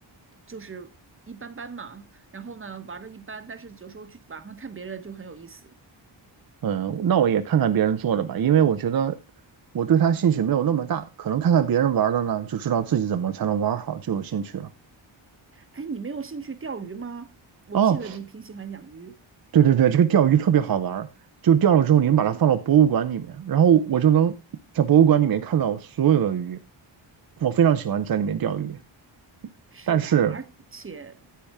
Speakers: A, on the right; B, on the right.
A: 就是一般般嘛。然后呢，玩的一般，但是有时候去网上看别人就很有意思。
B: 嗯，那我也看看别人做的吧，因为我觉得我对它兴趣没有那么大，可能看看别人玩的呢，就知道自己怎么才能玩好，就有兴趣了。
A: 哎，你没有兴趣钓鱼吗？我记得你挺喜欢养鱼，
B: 哦，对对对，这个钓鱼特别好玩儿就钓了之后，你们把它放到博物馆里面，然后我就能在博物馆里面看到所有的鱼。我非常喜欢在里面钓鱼，
A: 是吧？
B: 但是
A: 而且